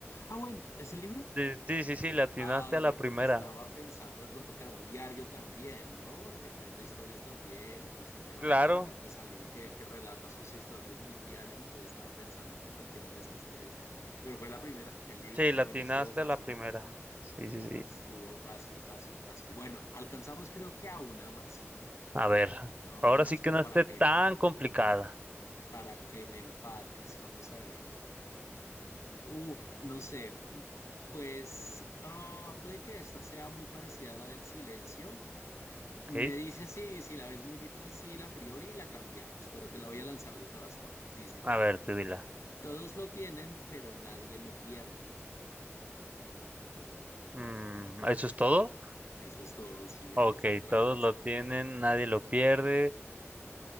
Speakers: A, on the left (about 80°); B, on the right (about 30°).
A: Ah, bueno, ¿es el libro?
B: Sí, sí, sí, sí, le atinaste
A: Ah,
B: a
A: bueno,
B: la primera.
A: porque estaba pensando de pronto que era un diario también, ¿no? Porque cuenta historias también y pues este tema
B: Claro,
A: de tinta, pues alguien que, que relata sus historias en un diario, <laughs> entonces estaba pensando en cualquiera de esas tres, pero fue la primera, el libro.
B: sí, le
A: Bueno,
B: atinaste
A: estuvo fácil,
B: a la primera. Sí, sí, sí.
A: estuvo fácil, fácil, fácil. Bueno, alcanzamos creo que a una más,
B: A ver,
A: a
B: ahora
A: una más,
B: sí que
A: como
B: no
A: para
B: esté
A: que,
B: tan complicada,
A: para que me empates, vamos a ver. Uf, no sé, pues ah, puede que esta sea muy parecida a la del silencio.
B: ¿ok?
A: Me dice sí, si la ves muy difícil a priori, la cambiamos, pero te la voy a lanzar de todas formas. Dice,
B: A ver, tú dila.
A: todos lo tienen, pero nadie lo pierde.
B: Mm, ¿eso es todo?
A: Eso es todo, sí, ahí
B: Ok,
A: está otra
B: todos
A: vez.
B: lo tienen, nadie lo pierde.